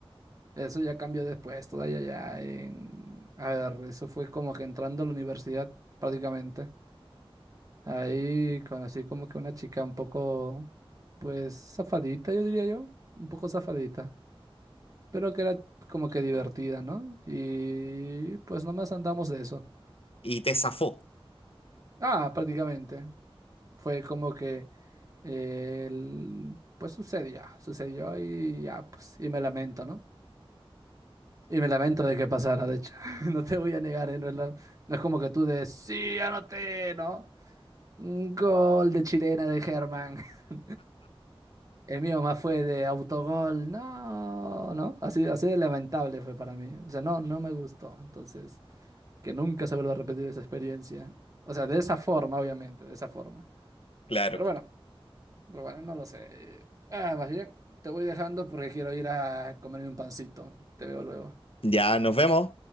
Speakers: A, on the right; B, on the left.
A: Eso ya cambió después, todavía ya en... A ver, eso fue como que entrando a la universidad prácticamente. Ahí conocí como que una chica un poco, pues, zafadita, yo diría yo, un poco zafadita, pero que era como que divertida, ¿no? Y pues nomás andamos de eso.
B: y te zafó.
A: Ah, prácticamente. Fue como que, eh, el- pues sucedió, sucedió y ya, pues, y me lamento, ¿no? Y me lamento de que pasara, de hecho. <laughs> No te voy a negar, ¿eh? No es, lo- no es como que tú de, sí, anoté, ¿no? Un gol de chilena de Germán. <laughs> El mío más fue de autogol, no, ¿no? Así, así de lamentable fue para mí. O sea, no, no me gustó. Entonces, que nunca se vuelva a repetir esa experiencia. O sea, de esa forma, obviamente, de esa forma.
B: Claro.
A: Pero bueno. Pero bueno, no lo sé. Ah, más bien, te voy dejando porque quiero ir a comerme un pancito. Te veo luego.
B: Ya nos vemos.